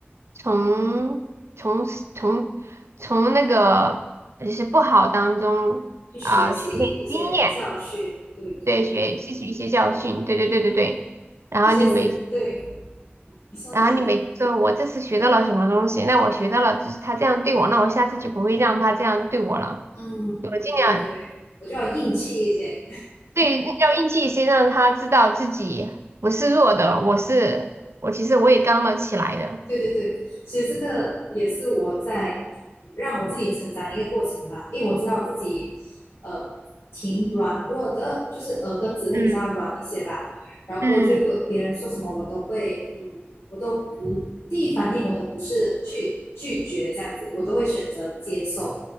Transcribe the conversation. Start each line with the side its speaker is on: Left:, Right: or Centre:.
Right: 从从从从那个就是不好当中啊、
Left: 去学习一些教训。
Right: 学点经验，
Left: 对对对，
Right: 对，学吸取一些教训，对对对对对。然后你每
Left: 那其实对你说你说，
Right: 然后你每次说我这次学到了什么东西，那我学到了就是他这样对我，那我下次就不会让他这样对我了，
Left: 嗯，
Right: 我尽量。
Left: 对对对，我就要硬气一些。
Right: 对，要硬气一些，让他知道自己不是弱的，我是我，其实我也刚了起来的。
Left: 对对对，其实这个也是我在让我自己成长的一个过程吧，因为我知道我自己呃挺软弱的，就是耳根子会比较软一些吧，
Right: 嗯，
Left: 然后就别人说什么我都会，
Right: 嗯，
Left: 嗯，我都不第一反应我都不是去拒绝这样子，我都会选择接受，